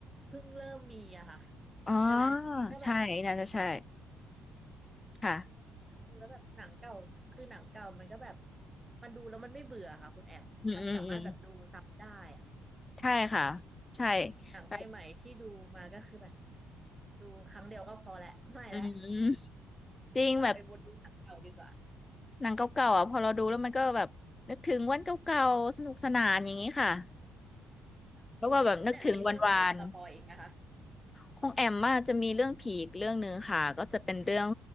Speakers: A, on the right (about 15°); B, on the left (about 20°).
A: เพิ่งเริ่มมีอะค่ะ
B: อ๋อ
A: ใช่ไหมก็แบบ
B: ใช่น่าจะใช่ค่ะ
A: เอ้ยดูแล้วแบบหนังเก่าคือหนังเก่ามันก็แบบมันดูแล้วมันไม่เบื่อค่ะคุณแอมมันสามารถแบบดูซ้ำได้อะ
B: อืมอืมอืมใช่ค่ะใช่
A: หนังใหม่ๆที่ดูมาก็คือแบบ
B: แบบ
A: ดูครั้งเดียวก็พอแหละไม่แล้ว
B: อืม
A: <laughs>
B: จริงแบบ
A: กลับไปวนดูหนังเก่าดีกว่า
B: หนังเก่าๆอ่ะพอเราดูแล้วมันก็แบบนึกถึงวันเก่าๆสนุกสนานอย่างนี้ค่ะ
A: ค่ะแล้วคุณแอมมีเรื่องไหนสปอยอีกไหมคะ
B: แล้วก็แบบนึกถึงวันวานของแอมมาจะมีเรื่องผีอีกเรื่องหนึ่งค่ะก็จะเป็นเรื่อง